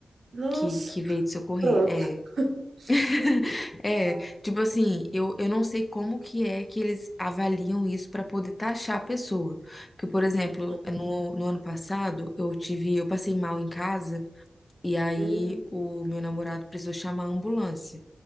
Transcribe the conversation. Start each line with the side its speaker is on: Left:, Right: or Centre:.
Right: Nossa.
Left: Que que veio te socorrer.
Right: Pronto.
Left: É,
Right: <laughs>
Left: <laughs> É,
Right: Ah,
Left: tipo assim, eu, eu não sei como que é que eles avaliam isso para poder taxar a pessoa. Porque, por exemplo,
Right: Aham.
Left: no, no ano passado, eu tive, eu passei mal em casa e aí
Right: Hum.
Left: o meu namorado precisou chamar a ambulância.